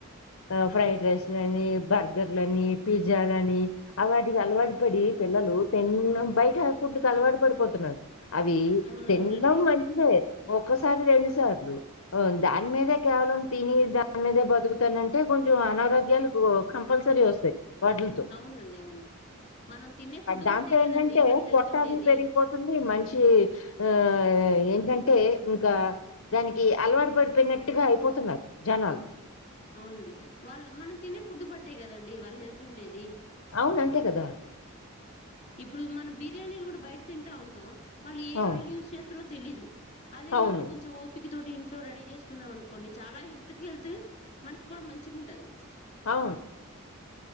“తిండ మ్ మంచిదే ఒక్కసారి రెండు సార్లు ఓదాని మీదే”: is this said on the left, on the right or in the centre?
Left